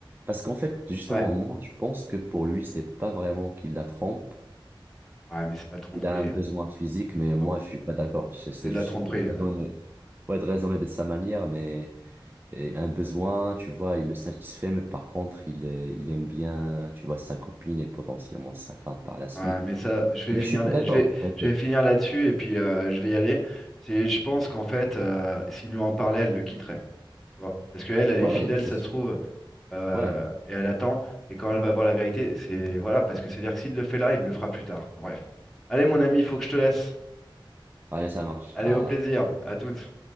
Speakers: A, on the right; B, in the centre.
A: Parce qu'en fait, justement,
B: Ouais.
A: moi, je pense que pour lui, c'est pas vraiment qu'il la trompe.
B: Ouais, mais c'est de la tromperie.
A: Il a un besoin
B: hein.
A: physique, mais
B: Oh,
A: moi, je suis pas d'accord. C'est c'est
B: c'est de
A: juste
B: la tromperie. hein.
A: raisonner- ouais, de raisonner de sa manière, mais et un besoin, tu vois, il le satisfait, mais par contre, il, euh, il aime bien, tu vois, sa copine et potentiellement sa femme par la suite.
B: Ouais, mais ça, je vais
A: Mais
B: finir
A: je suis pas
B: là,
A: d'accord.
B: je vais,
A: T'inquiète.
B: je vais finir là-dessus et puis euh, je vais y aller. C'est, je pense qu'en fait, euh, s'il nous en parlait, elle le quitterait, tu vois. Parce qu'elle, elle elle
A: Ouais,
B: est fidèle,
A: c'est
B: ça
A: sûr.
B: se trouve, euh,
A: Ouais,
B: et elle attend. Et quand elle va voir la vérité, c'est voilà, parce que c'est-à-dire que s'il le fait là, il le fera plus tard. Bref. Allez, mon ami, il faut que je te laisse.
A: allez, ça marche.
B: Allez,
A: À...
B: au plaisir, à toutes.